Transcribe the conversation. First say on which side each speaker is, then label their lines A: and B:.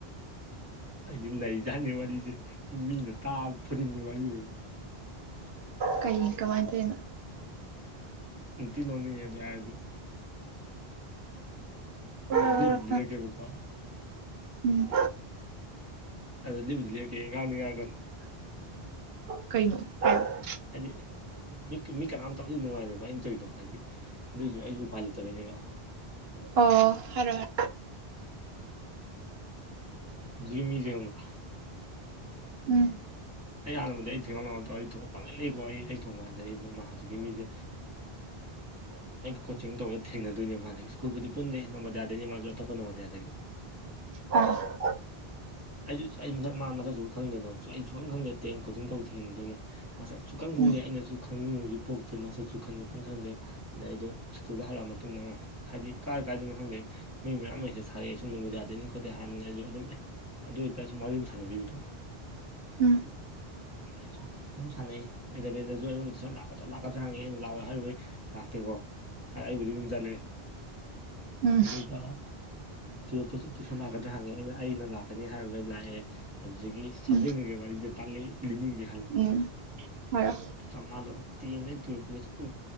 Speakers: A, on the right; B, on the right.
A: ꯑꯩꯗꯤ ꯂꯩꯖꯥꯠꯅꯤ ꯋꯥꯔꯤꯁꯦ ꯃꯤꯅ ꯇꯥꯕ ꯐꯨꯗꯤꯡꯕ ꯋꯥꯔꯤ ꯑꯣꯏꯅꯤ꯫
B: ꯀꯩ ꯀꯃꯥꯏꯅ ꯇꯧꯔꯤꯅꯣ꯫
A: ꯅꯣꯛꯅꯤꯡꯉꯦ <unintelligible>
B: ꯇꯧꯔꯤꯅꯣ
A: ꯂꯤꯕꯨꯗꯤ ꯂꯤꯔꯛꯀꯦꯕꯥꯀꯣ꯫
B: ꯎꯝ
A: ꯑꯗ ꯂꯤꯕꯨꯗꯤ ꯂꯤꯔꯛꯀꯦ ꯉꯥꯡꯅꯤ ꯉꯥꯡ ꯀꯅꯨ꯫
B: ꯀꯩꯅꯣ꯫ ꯍꯥꯏꯌꯣ
A: ꯍꯥꯏꯗꯤ ꯃꯤ ꯃꯤ ꯀꯅꯥꯝꯇꯗꯤ ꯅꯨꯡꯉꯥꯏꯔꯣꯏꯕ ꯑꯩꯅ ꯇꯧꯔꯤꯗꯣ ꯍꯥꯏꯗꯤ ꯑꯗꯨꯏꯁꯨ ꯑꯩꯁꯨ ꯎꯄꯥꯏ ꯂꯩꯇꯕꯩꯅꯦꯕ꯫
B: ꯑꯣ ꯍꯥꯏꯔꯣ ꯍꯥꯏ
A: ꯍꯧꯖꯤꯛꯀꯤ ꯃꯤꯖꯦ ꯈꯪꯕꯔ꯫
B: ꯎꯝ
A: ꯑꯩ ꯍꯥꯟꯅꯕꯨꯗꯤ ꯑꯩ ꯊꯤꯡꯉꯥꯎ ꯇꯧꯏ ꯑꯩ ꯊꯣꯛꯄ ꯄꯪꯂꯩꯂꯩꯀꯣ ꯑꯩ ꯊꯣꯡꯉꯥꯟꯗ ꯑꯩ ꯑꯗ ꯍꯧꯖꯤꯛꯀꯤ ꯃꯤꯁꯦ꯫ ꯑꯩ ꯀꯣꯆꯤꯡ ꯇꯧꯕꯗ ꯊꯦꯡꯅꯗꯣꯏꯅꯦ ꯃꯥꯁꯦ ꯁ꯭ꯀꯨꯜꯕꯨꯗꯤ ꯄꯨꯟꯗꯦ ꯅꯝꯕꯣꯗꯤꯌꯥꯗꯒꯤ ꯃꯥꯁꯨ ꯑꯇꯣꯞꯄ ꯅꯝꯕꯣꯗꯤꯌꯥꯗꯒꯤ꯫
B: ꯑꯣ
A: ꯑꯩꯁꯨ ꯑꯩ ꯃꯁꯛ ꯃꯥ ꯃꯁꯛ ꯁꯨꯡꯈꯪ ꯈꯪꯗꯦꯀꯣ ꯑꯩ ꯁꯨꯅ ꯈꯪꯗꯦ ꯇ꯭ꯔꯦꯟ ꯀꯣꯆꯤꯡ ꯇꯧꯕ ꯊꯦꯡꯅꯔꯤꯗꯨꯗꯒꯤ꯫ ꯃꯁꯛꯁꯨ ꯀꯪ ꯈꯪꯗꯦ
B: ꯎꯝ
A: ꯑꯩꯅꯁꯨ ꯈꯪꯅꯤꯡꯕꯁꯨ ꯄꯣꯛꯇꯦ ꯃꯁꯛꯁꯨ ꯈꯪꯗꯤ ꯑꯗꯨꯝ ꯈꯪꯗꯦ꯫ ꯑꯗꯩ ꯑꯩꯗꯣ ꯁ꯭ꯀꯨꯜꯗ ꯍꯜꯂꯛꯑ ꯃꯇꯨꯡꯗ ꯑꯃ ꯍꯥꯏꯗꯤ ꯀꯥꯏ ꯀꯥꯏꯗꯅꯣ ꯈꯪꯒꯦ꯫ ꯃꯤ ꯃꯌꯥꯝ ꯑꯃꯁꯁꯦ ꯊꯥꯔꯛꯑꯦ ꯁꯨꯝ ꯅꯕꯣꯗꯤꯌꯥꯗꯦꯅꯤ ꯈꯣꯠꯇꯦ ꯍꯥꯏꯔꯝꯃꯤꯅ ꯑꯩꯁꯨ ꯑꯗꯨꯝ ꯑꯦ꯫ ꯑꯗꯨ ꯑꯣꯏꯇꯥꯔꯁꯨ ꯋꯥꯔꯤ ꯁꯨꯝ ꯁꯥꯟꯅꯕꯤꯕꯗꯣ꯫
B: ꯎꯝ
A: ꯑꯗ ꯑꯩꯅꯁꯨꯝ ꯁꯨꯝ ꯁꯥꯟꯅꯩ ꯑꯦꯂꯕꯦꯟꯗꯁꯨ ꯑꯩꯉꯣꯟꯗ ꯇꯨꯏꯁꯟ ꯂꯥꯛꯀꯗ꯭ꯔꯥ ꯂꯥꯛꯀ꯭ꯔꯥ ꯍꯪꯉꯤ ꯑꯩꯅ ꯂꯥꯛꯑꯣꯏ ꯍꯥꯏꯔꯨꯕꯩ ꯂꯥꯛꯇꯦꯀꯣ ꯑꯩꯕꯨꯗꯤ ꯑꯗꯨꯝ ꯆꯠꯂꯦ꯫
B: ꯎꯝ
A: ꯑꯗꯨꯒ ꯇꯨꯌꯦꯜꯞꯇꯁꯨ ꯇꯨꯁꯟ ꯂꯥꯛꯀꯗ꯭ꯔꯥ ꯍꯪꯉꯦ ꯑꯩꯅ ꯑꯩꯅ ꯂꯥꯛ ꯀꯅꯤ ꯍꯥꯏꯔꯨꯕꯩ ꯑꯩ ꯂꯥꯛꯑꯦ ꯑꯗꯨꯗꯒꯤ ꯁꯦꯝꯝꯖꯤꯡꯉꯒꯦ
B: ꯎꯝ
A: ꯋꯥꯔꯤꯁꯦ ꯇꯜꯂꯤ ꯂꯤꯅꯤꯡꯗꯦ꯫
B: ꯎꯝ ꯍꯥꯏꯔꯣ꯫
A: ꯆꯃꯥꯗꯣꯇꯦꯟꯙꯤ ꯇꯨꯌꯦꯜꯞꯄꯣꯗ ꯁꯨꯝ